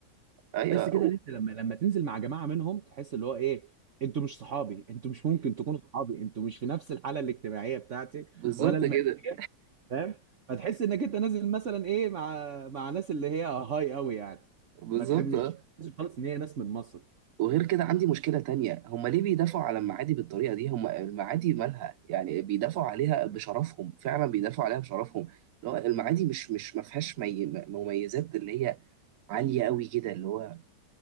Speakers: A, on the right; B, on the right.
A: ايوه
B: تحس كده
A: و-
B: ان انت لما لما تنزل مع جماعه منهم تحس اللي هو ايه انتوا مش صحابي انتوا مش ممكن تكونوا صحابي انتوا مش في نفس الحاله الاجتماعيه بتاعتي
A: بالظبط
B: ولا الماديه
A: كده
B: فاهم فتحس انك انت نازل مثلا ايه مع مع ناس اللي هي هاي قوي يعني
A: بالظبط
B: ما تحبش
A: آه.
B: خالص ان هي ناس من مصر
A: وغير كده عندي مشكله تانية هم ليه بيدافعوا على المعادي بالطريقه دي هم المعادي مالها يعني بيدافعوا عليها بشرفهم فعلا بيدافعوا عليها بشرفهم اللي هو المعادي مش مش ما فيهاش مي- مميزات اللي هي عاليه قوي كده اللي هو